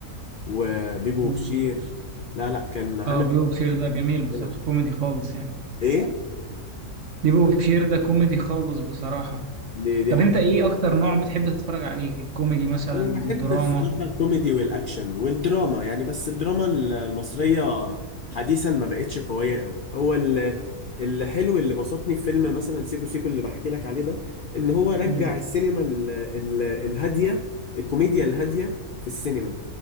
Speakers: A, on the left; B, on the right.
A: وبيبو
B: كان-
A: بشير لا لا كان عامل
B: اه بيبو بشير ده جميل بصراحه
A: حلو
B: كوميدي خالص يعني
A: ايه
B: بيبو بشير ده كوميدي خالص بصراحه
A: دي دي
B: طب
A: حاجة
B: انت ايه اكتر نوع بتحب تتفرج عليه الكوميدي مثلا
A: انا بحب
B: الدراما
A: الصراحه الكوميدي والاكشن والدراما يعني بس الدراما ال- المصريه حديثا ما بقتش قويه قوي هو ال- الحلو اللي بسطني في فيلم مثلا سيكو سيكو اللي بحكي لك عليه ده ان هو رجع
B: مم.
A: السينما ال ال الهاديه الكوميديا الهاديه في السينما